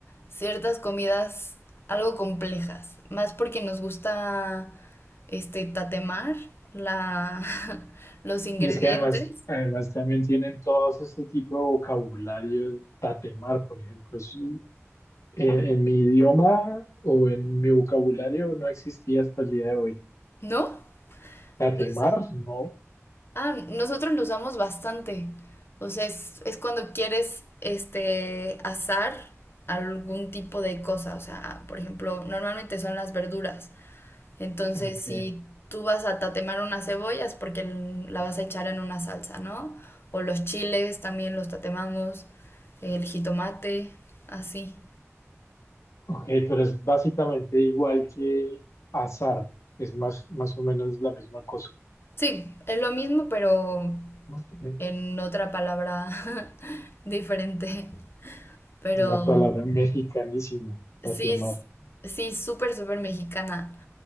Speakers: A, on the left (about 50°); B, on the left (about 75°).
A: ciertas comidas algo complejas, más porque nos gusta este tatemar la, <laughs> los ingredientes,
B: Y es que además, además también tienen todos este tipo de vocabulario, tatemar, por ejemplo. es un- en, en mi idioma o en mi vocabulario no existía hasta el día de hoy.
A: ¿no?
B: Tatemar,
A: No sé.
B: no.
A: Ah, nosotros lo usamos bastante. O sea, es, es cuando quieres este asar algún tipo de cosa. O sea, por ejemplo, normalmente son las verduras. Entonces,
B: Ok,
A: si tú vas a tatemar unas cebollas porque l- la vas a echar en una salsa, ¿no? O los chiles también los tatemamos, el jitomate, así.
B: ok, pero es básicamente igual que azar. Es más, más o menos la misma cosa.
A: Sí, es lo mismo, pero
B: ¿no? Ok,
A: en otra palabra <laughs> diferente. Pero
B: Una palabra mexicanísima, tatemar.
A: Sí, s- sí, súper, súper mexicana,